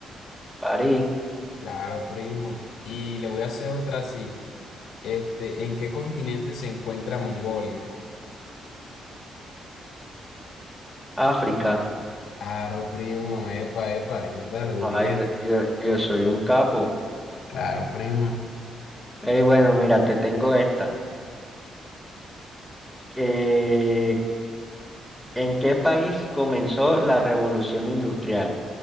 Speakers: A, in the centre; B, on the left.
A: París,
B: Claro, primo. Y le voy a hacer otra así. Este, ¿en qué continente se encuentra Mongolia?
A: África.
B: Claro, primo. Epa, epa, verdad, lo
A: Ay,
B: vi bien.
A: yo, yo soy un capo.
B: Claro, primo.
A: Ey, bueno, mira, te tengo esta. Eh, ¿en qué país comenzó la revolución industrial?